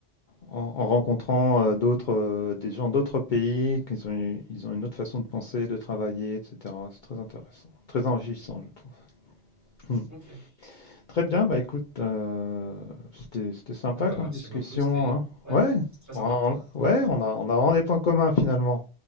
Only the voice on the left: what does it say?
en, en rencontrant euh, d'autres, euh, des gens d'autres pays, qu'ils ont, eu- ils ont une autre façon de penser, de travailler, etc. C'est très intéressant, très enrichissant, je trouve. Hmm.
Très bien, bah écoute, euh, c'était, c'était sympa
comme
discussion,
hein.
Ouais,
on, on- ouais, on a, on a vraiment des points communs finalement.